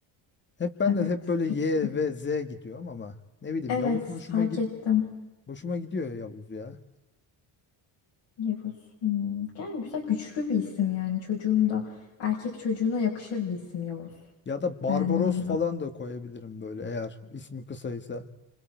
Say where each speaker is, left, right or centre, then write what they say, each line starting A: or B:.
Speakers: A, on the left; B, on the left.
A: Hep ben
B: Evet,
A: de hep böyle
B: güçlü.
A: Y ve Z gidiyorum ama ne bileyim
B: Evet,
A: Yavuz hoşuma
B: fark
A: gid
B: ettim.
A: hoşuma gidiyor ya Yavuz ya.
B: Yavuz. Hmm, Yani güzel, güçlü bir isim yani. Çocuğum da erkek çocuğuna yakışır bir isim Yavuz.
A: Ya da Barbaros
B: Beğendim bunu.
A: falan da koyabilirim böyle eğer ismi kısaysa.